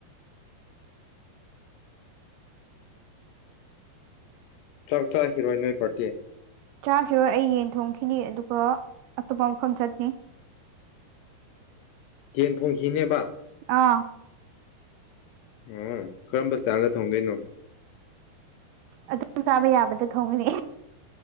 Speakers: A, on the left; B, on the right.
A: ꯆꯥꯛ ꯆꯥꯈꯤꯔꯣꯏ ꯅꯣꯏ ꯄꯔꯇꯤ
B: ꯆꯥꯈꯤꯔꯣꯏ ꯑꯩ ꯌꯦꯟ ꯊꯣꯡꯈꯤꯅꯤ ꯑꯗꯨꯒ ꯑꯇꯣꯞꯄ ꯃꯐꯝ ꯆꯠꯅꯤ
A: ꯌꯦꯟ ꯊꯣꯡꯈꯤꯅꯦꯕ
B: ꯑꯥ
A: ꯑꯣ ꯀꯔꯝꯕ ꯢꯁꯇꯥꯟꯗ ꯊꯣꯡꯗꯣꯏꯅꯣ
B: ꯑꯗꯨꯝ ꯆꯥꯕ ꯌꯥꯕꯗꯣ ꯊꯣꯡꯒꯅꯤ